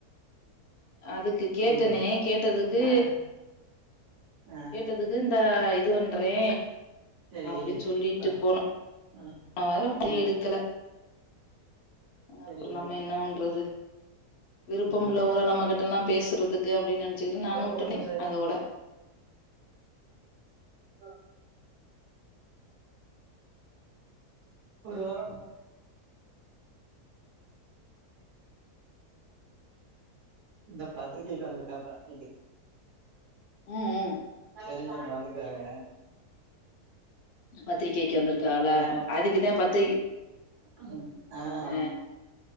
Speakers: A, on the left; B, on the right.
A: அதுக்கு கேட்டனே
B: ம்
A: கேட்டதுக்கு
B: ஆ ஆ
A: கேட்டதுக்கு இந்தா இது பண்றே
B: சரி
A: அப்படின் சொல்லிட்டு
B: உக்காரு
A: போனு
B: ம்
A: அ அப்டே
B: ஆ
A: எடுக்கல அ
B: சரி
A: அப்பறம் நம்ம என்ன பண்றது விருப்பம்
B: ம்
A: உள்ள போல நம்ம கிட்டல்லாம் பேசுறதுக்கு அப்டின் செரின் நானு
B: ஒரு
A: வுட்டுட்டே
B: ஒரு நிமிஷோ இரு
A: அதோட
B: <inaudible> ஒரு வாரோ <inaudible> இந்த பத்ரிக்க வெக்க வந்துருக்காப்லா வீட்டுக்
A: ம் ம்
B: தெரிஞ்சவங்க அதுக்காக
A: பத்திரிக்க வெக்க வந்திருக்கால
B: ஆ
A: அதுக்குதா பத்திரிக்
B: <unintelligible> அ
A: ஆ
B: ஆமா